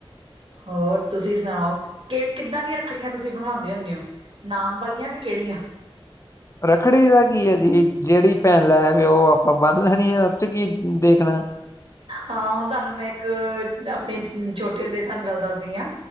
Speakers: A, on the right; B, on the left.
A: ਹੋਰ ਤੁਸੀਂ ਸੁਣਾਓ ਕਿ ਕਿੱਦਾਂ ਦੀਆਂ ਰੱਖੜੀਆਂ ਤੁਸੀਂ ਬਣਵਾਉਂਦੇ ਹੁੰਦੇ ਹੋ ਨਾਮ ਵਾਲੀਆਂ ਕਿ ਕਿਹੜੀਆਂ
B: ਰੱਖੜੀ ਦਾ ਕੀ ਹੈ ਜੀ ਜਿਹੜੀ ਭੈਣ ਲੈ ਹੈਵੇ ਉਹ ਆਪਾਂ ਵੱਧਦਾਣੀ ਆ ਚ ਕੀ ਦੇਖਣਾ
A: ਹਾਂ ਹੁਣ ਤੁਹਾਨੂੰ ਮੈਂ ਇੱਕ ਆਪਣੀ ਛੋਟਟੀ ਹੁੰਦੇ ਤੁਹਾਨੂੰ ਗੱਲ ਦੱਸ ਰਧੀਆ